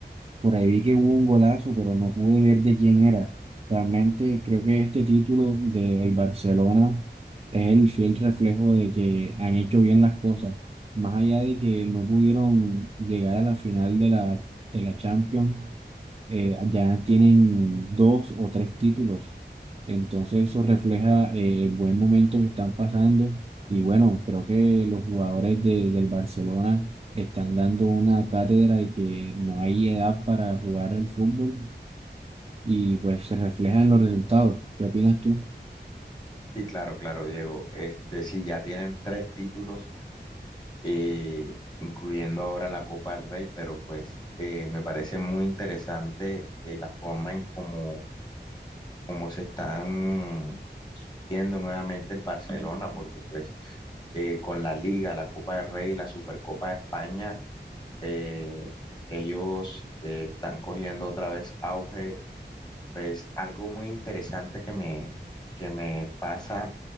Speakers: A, on the right; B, on the left.
A: Por ahí vi que hubo un golazo, pero no pude ver de quién era. Realmente creo que este título de el Barcelona es el fiel reflejo de que han hecho bien las cosas. Más allá de que no pudieron llegar a la final de la, de la Champions, eh, ya tienen dos o tres títulos. Entonces eso refleja eh, el buen momento que están pasando. Y bueno, creo que los jugadores de- del Barcelona están dando una cátedra y que no hay edad para jugar al fútbol y pues se refleja en los resultados. ¿Qué opinas tú?
B: Sí, claro, claro, Diego. Este, sí, ya tienen tres títulos, eh, incluyendo ahora la Copa del Rey, pero pues eh, me parece muy interesante eh, la forma en cómo, cómo se están compitiendo nuevamente el Barcelona, porque pues eh, con la Liga, la Copa del Rey, la Supercopa de España, eh, ellos eh, están cogiendo otra vez auge. Pues algo muy interesante que me, que me pasa